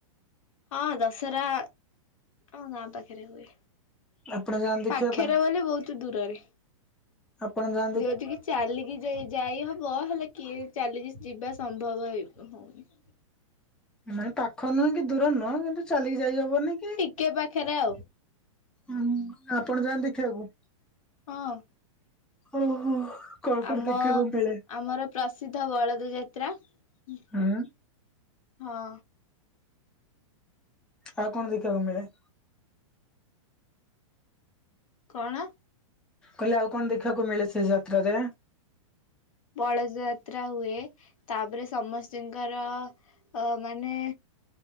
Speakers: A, on the left (about 75°); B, in the centre.
A: ହଁ ଦଶହରା ଆମ ଗାଁ ପାଖେରେ ହୁଏ।
B: ଆପଣ ଯାଆନ୍ତି ଦେଖିବା
A: ପାଖେରେ
B: ପାଇଁ?
A: ବୋଲି ବୋହୁତୁ ଦୂରରେ।
B: ଆପଣ ଯା
A: ଯୋଉଠିକି ଚାଲିକି ଯାଇ ଯାଇ ହ ବ ହେଲେ କିଏ ଚାଲିିକ ଯିବା ସମ୍ଭବ ହେବ ହଉନି।
B: ମାନେ ପାଖ ନୁହେଁ କି ଦୂର ନୁହଁ କିନ୍ତୁ ଚାଲିକି ଯାଇ ହବନି।
A: ଟିକେ ପାଖେରେ ଆଉ।
B: ଉଁ ଆପଣ ଯାଆନ୍ତି ଦେଖିଆକୁ।
A: ହଁ।
B: ଓହୋ। କଣ କଣ
A: ଆମ
B: ଦେଖିବାକୁ ମିଳେ?
A: ଆମର ପ୍ରସିଦ୍ଧ ବଳଦ ଯାତ୍ରା ଉଁ
B: ହୁଁ
A: ହଁ।
B: ଆଉ କଣ ଦେଖିବାକୁ ମିଳେ।
A: କଣ?
B: କହିଲି ଆଉ କଣ ଦେଖିବାକୁ ମିଳେ ସେ ଯାତ୍ରାରେ।
A: ବଳଯାତ୍ରା ହୁଏ ତାପରେ ସମସ୍ତିଙ୍କର ଅ ମାନେ